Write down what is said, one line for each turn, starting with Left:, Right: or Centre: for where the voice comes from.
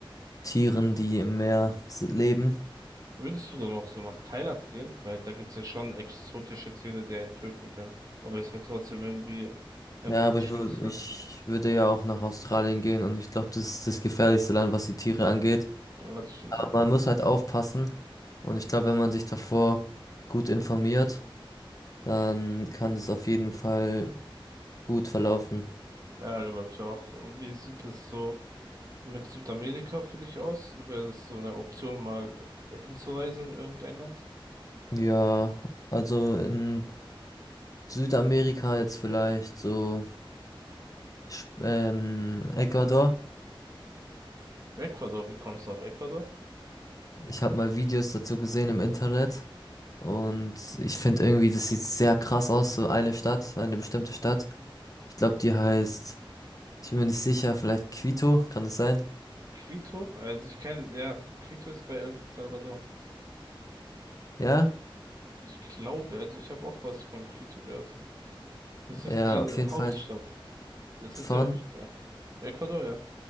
Left: Tieren, die im Meer s- leben.
Right: Würdest du dann auch so nach Thailand gehen? Weil da gibt's ja schon exotische Tiere, die einen töten können. Aber es ist halt trotzdem irgendwie ein
Left: Ja,
Right: wunderschönes
Left: aber ich, wür-
Right: Land.
Left: ich würde ja auch nach Australien gehen und ich glaube, das ist das gefährlichste Land, was die Tiere angeht.
Right: Ja, Das stimmt
Left: Aber
Right: auch.
Left: man muss halt aufpassen und ich glaube, wenn man sich davor gut informiert, dann kann das auf jeden Fall gut verlaufen.
Right: Ja, glaube ich auch. Und wie sieht es so mit Südamerika für dich aus? Wäre das so eine Option, mal hinzureisen in irgendein Land?
Left: Ja, also in Südamerika jetzt vielleicht, so Sp- ähm, Ecuador.
Right: Ecuador, wie kommst du auf Ecuador?
Left: Ich habe mal Videos dazu gesehen im Internet und ich finde irgendwie, das sieht sehr krass aus, so eine Stadt, eine bestimmte Stadt. Ich glaube, die heißt, ich bin mir nicht sicher, vielleicht Quito, kann das sein?
Right: Quito? Also ich kenne, ja, Quito ist bei El Salvador.
Left: Ja?
Right: Ich glaube, also ich habe auch was von Quito gehört. Das ist
Left: Ja,
Right: die
Left: auf
Right: Hauptstadt.
Left: jeden Fall
Right: Das
Left: von.
Right: ist die Hauptstadt, ja. Ecuador, ja.